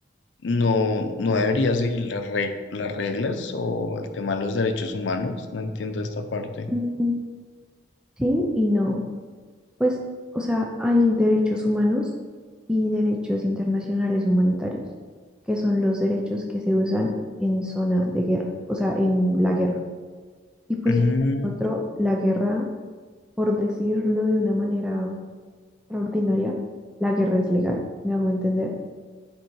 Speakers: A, on the left; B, in the centre.
A: No, no debería seguir las reg- las reglas o el tema de los derechos humanos. No entiendo esta parte.
B: Mm, Sí y no. Pues, o sea, hay derechos humanos y derechos internacionales humanitarios, que son los derechos que se usan en zona de guerra, o sea, en la guerra. Y pues
A: Mm,
B: de otro, la guerra, por decirlo de una manera extraordinaria, la guerra es legal, me hago entender.